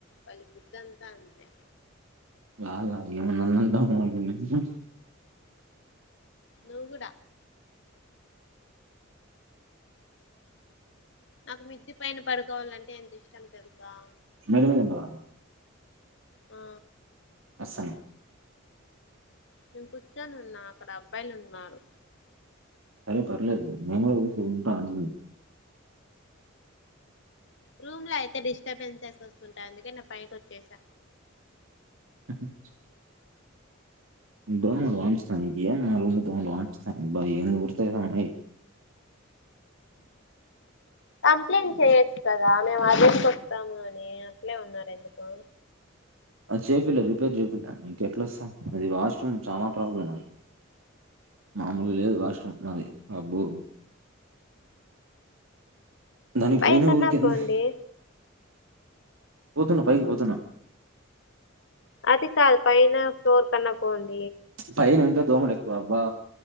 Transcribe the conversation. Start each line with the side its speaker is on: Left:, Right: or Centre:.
Left: వాళు పద్దంతా అంతే
Right: వాళ్ళ ఏమ అన్నంట మకి
Left: నువ్వు కూడా నాకు మిద్ద పైన పడుకోవాలంటే ఎంత ఇష్టం తెలుసా
Right: మెడ మీద ఉండవా
Left: ఆ
Right: అసలు
Left: నేను కూర్చొని ఉన్నా అక్కడ అబ్బాయిలు ఉన్నారు
Right: అరే పర్లేదు మే ఉంట అని
Left: రూమ్ లో అయితే డిస్టర్బెన్సెస్ వస్తుంటాయి అందుకే నే పైకి వచ్చేసా
Right: ఆ హుమ్ దోమలు వాయిసున్నాయి ఏం మా రోజు దోమలు అబ్బ ఏమి కుడతాయి స్వామి
Left: కంప్లైంట్ చెయొచ్చు కదా మేము ఆదేసుకొస్తాము అని అట్లే ఉన్నారు ఎందుకు
Right: అది చేపిల్ల రిపేర్ చేపిల్ల ఇంకెట్లా వస్తాం అది వాష్రూమ్ చాలా ప్రాబ్లం అది మామూలుగా లేదు వాష్ రూమ్ నాది అబ్బో దానికి ఇప్పుడు
Left: పై
Right: ఎందుకు
Left: కన్నా
Right: ఊరిక ఎంత
Left: పోండి
Right: పోతున్నా పైకి పోతున్నా
Left: అదిక అది పైన ఫ్లోర్ కన్నా పోంది
Right: పైనంత దోమలు ఎక్కువబ్బా